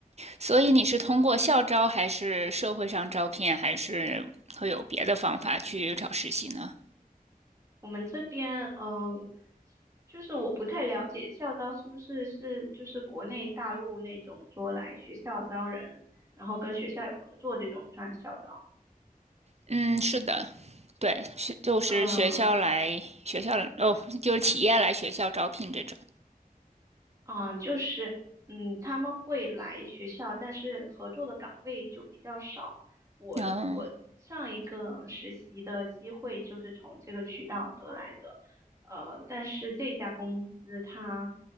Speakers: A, on the right; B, on the right.
A: 所以你是通过校招，还是社会上招聘，还是会有别的方法去找实习呢？
B: 我们这边，嗯、就是我不太了解校招是不是是就是国内大陆那种说来学校招人，然后跟学校有合作这种算校招。
A: 嗯，是的，对，是就是学校来学校哦，
B: 嗯。
A: 就是企业来学校招聘这种。
B: 啊，就是，嗯，他们会来学校，但是合作的岗位就比较少。我我上一个实习的机会就是从这个渠道得来的，
A: 嗯
B: 呃，但是这家公司他